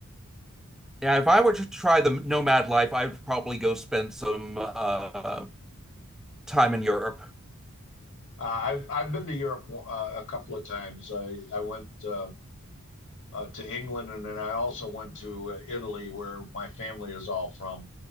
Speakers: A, in the centre; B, on the left.
A: Yeah, if I were to try the nomad life, I'd probably go spend some uh, time in Europe.
B: Uh, I've I've been to Europe uh, a couple of times. I I went uh, uh, to England, and then I also went to uh, Italy, where my family is all from,